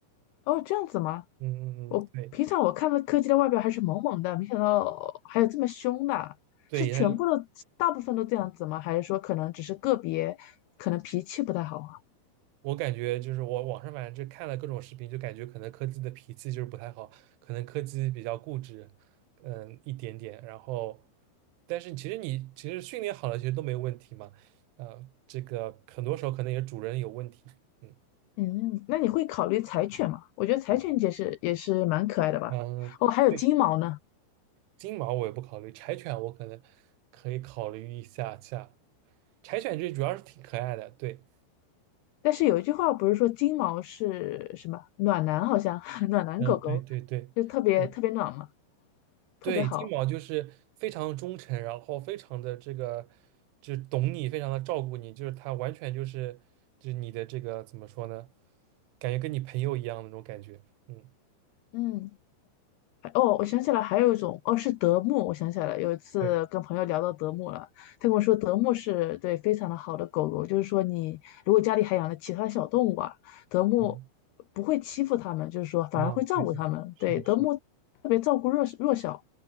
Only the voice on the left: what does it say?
哦，这样子吗？
我平常我看到柯基的外表还是萌萌的，
没想到还有这么凶的。
是全部的，
大部分都这样子吗？还是说可能只是个别，可能脾气不太好？
嗯，那你会考虑柴犬吗？我觉得柴犬也是也是蛮可爱的吧。
哦，还有金毛呢。
但是有一句话不是说金毛是什么暖男，好像 <laughs> 暖男狗狗，
就特别特别暖嘛，
特别好。
嗯，还哦，我想起来还有一种，哦，是德牧。我想起来了，有一次跟朋友聊到德牧了，
他跟我说德牧是对非常的好的狗狗，就是说你如果家里还养了其他小动物啊，德牧
不会欺负它们，就是说反而会照顾它们。
对，德牧特别照顾弱弱小，